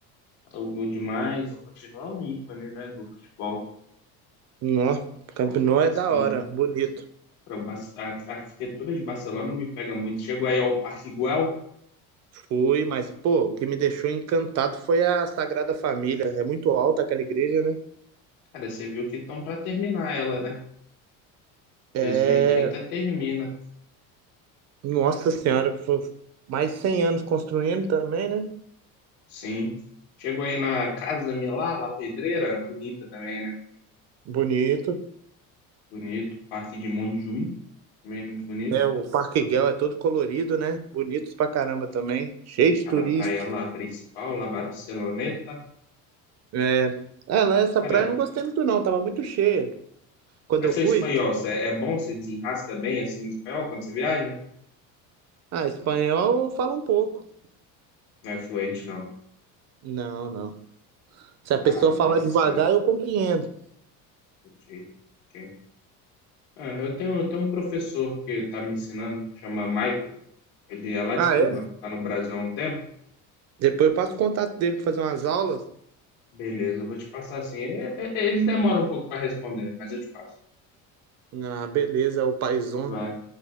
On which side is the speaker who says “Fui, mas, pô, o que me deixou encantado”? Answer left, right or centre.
Right